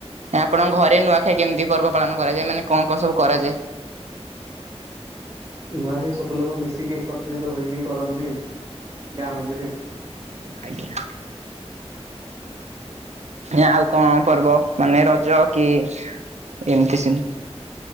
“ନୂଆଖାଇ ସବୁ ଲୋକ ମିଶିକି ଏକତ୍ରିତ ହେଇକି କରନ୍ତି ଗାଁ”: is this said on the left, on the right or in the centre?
Right